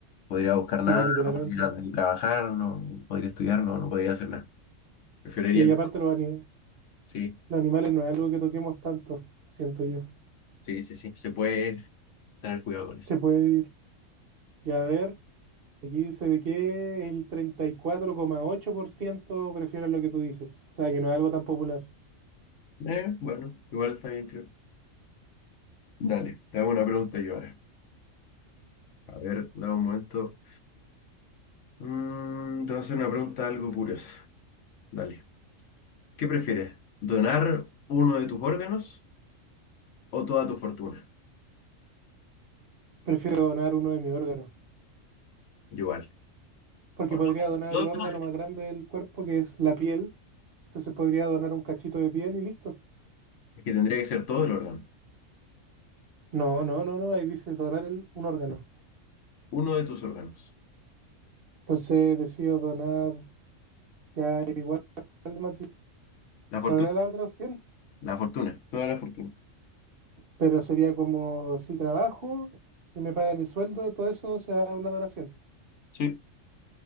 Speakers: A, on the left (about 70°); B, on the right (about 50°).
A: Podría buscar
B: Sí,
A: nada,
B: literalmente.
A: no podría ni trabajar, no no podría estudiar, no, no podría hacer nada. Preferiría
B: Sí, y
A: no.
B: aparte los, ani-
A: Sí,
B: los animales no es algo que toquemos tanto, siento yo.
A: sí, sí, sí. Se puede tener cuidado con eso.
B: Se puede vivir. Y a ver, aquí dice de que el treinta y cuatro coma ocho por ciento prefieren lo que tú dices. O sea, que no es algo tan popular.
A: Eh, bueno, igual está bien, creo. Dale, te hago una pregunta yo ahora. A ver, dame un momento. Mm, te voy a hacer una pregunta algo curiosa. Dale. ¿Qué prefieres? ¿Donar uno de tus órganos o toda tu fortuna?
B: Prefiero donar uno de mis órganos.
A: Igual.
B: porque
A: O
B: podría donar
A: no,
B: el órgano
A: todo,
B: más grande del cuerpo, que es la piel. Entonces podría donar un cachito de piel y listo.
A: Es que tendría que ser todo el órgano.
B: No, no, no, no, ahí dice donar el- un órgano.
A: Uno de tus órganos.
B: Entonces decido donar ya igual más bien.
A: La fortuna.
B: ¿Cuál era la otra opción?
A: La fortuna. Toda la fortuna.
B: Pero sería como si trabajo y me pagan el sueldo, todo eso se va a una donación.
A: Sí.